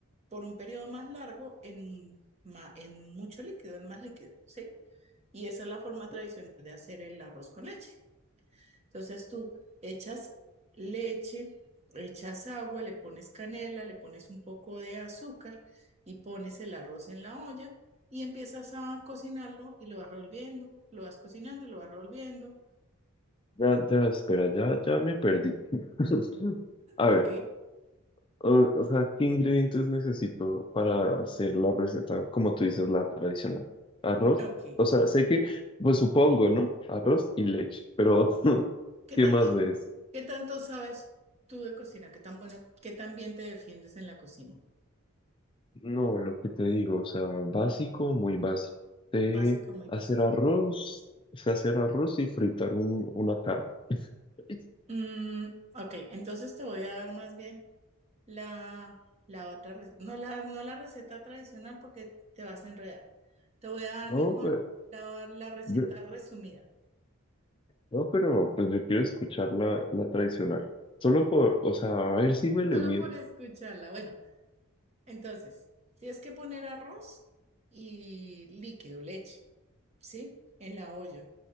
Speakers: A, on the right; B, on the left.
A: por un periodo más largo en, ma- en mucho líquido, en más líquido, ¿sí? Y esa es la forma tradicional
B: <laughs>
A: de hacer el arroz con leche. Entonces, tú echas leche, echas agua, le pones canela, le pones un poco de azúcar y pones el arroz en la olla y empiezas a cocinarlo y lo vas revolviendo, lo vas cocinando y lo vas revolviendo,
B: Ya, ya, espera, ya, ya me perdí. <laughs> A
A: ¿ok?
B: ver. O, o sea, ¿qué ingredientes necesito para hacer la receta, como tú dices, la tradicional? Arroz.
A: Ok.
B: O sea, sé que, pues supongo, ¿no? Arroz y leche, pero <laughs>
A: ¿Qué
B: ¿qué
A: tanto,
B: más de eso?
A: qué tanto sabes tú de cocina? ¿Qué tan bueno, qué tan bien te defiendes en la cocina?
B: No, lo que te digo, o sea, básico, muy básico. Sé
A: Básico, muy
B: hacer
A: básico.
B: arroz, sé hacer arroz y fritar un- una carne. <laughs>
A: Mm, ok, entonces te voy a dar más bien la, la otra, re- no la, no la receta tradicional porque te vas a enredar. Te voy a dar
B: No,
A: mejor
B: pero,
A: la, la receta
B: de-
A: resumida,
B: no, pero pues yo quiero escuchar la, la tradicional. Solo por, o sea, a ver si me le
A: solo
B: mido.
A: por escucharla. Bueno, entonces, tienes que poner arroz y líquido, leche, ¿sí? En la olla.